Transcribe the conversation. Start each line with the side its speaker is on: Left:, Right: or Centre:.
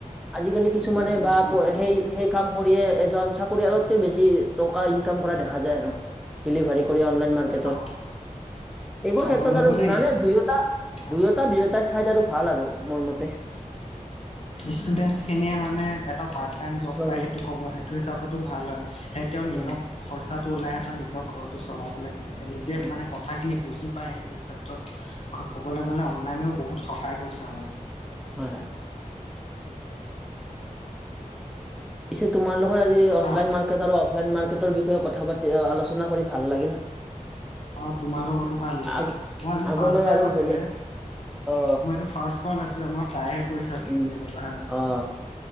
Centre: আজিকালি কিছুমানে
Left: গোটেই ক্লাছ
Centre: বা
Left: নকৰিবি
Centre: সেই সেই কাম কৰিয়ে এজন চাকৰিয়ালতকে বেছি টকা ইনকাম কৰা দেখা যায় আৰু ডেলিভাৰ কৰি অনলাইন মাৰ্কেট
Left: অ'
Centre: এইবোৰ ক্ষেত্ৰত
Left: ক'বলৈ
Centre: আৰু
Left: গ'লে
Centre: নানে দুইটা
Left: অ'
Centre: দুইটা দুইটা ৰ ঠাইত আৰু ভাল আৰু মোৰ মতে
Left: ষ্টুডেণ্ট খিনিয়ে মানে এটা পাৰ্ত টাইম জব
Centre: হয়
Left: পাই
Centre: হয়
Left: সেইটো কব থই চাবতো ভাল হয় সেই তেওঁ নিজৰ
Centre: হয়
Left: খৰচাটো ওলাইহে তেওঁ নিজৰ ঘৰটো চলাবলৈ কেনেকে নিজে মানে
Centre: হয়
Left: ক কথাখিনি বুজি পাই সেইটো ক্ষেত্ৰত হয় কবলৈ গলে অনলাইনেও বহুত সহায় কৰিছে আমাৰ
Centre: হয় পিছে তোমালোকৰ আজি অনলাইন
Left: চা
Centre: মাৰ্কেট আৰু অফলাইন মাৰ্কেটৰ বিষয়ে কথা পাতি আলোচনা কৰি ভাল লাগিল।
Left: অ তোমাৰ লগতো ভাল লাগিলে,
Centre: আগ
Left: মই আজি
Centre: আগলৈ
Left: ফাৰ্ষ্ট টাইম
Centre: আৰু
Left: আছিলে।
Centre: বেলেগ অ
Left: মোৰ এইটো ফাৰ্ষ্ট কল আছিলে, মই ট্ৰাইহে কৰিছিলো
Centre: উম
Left: কেনেকুৱা হয়।
Centre: অ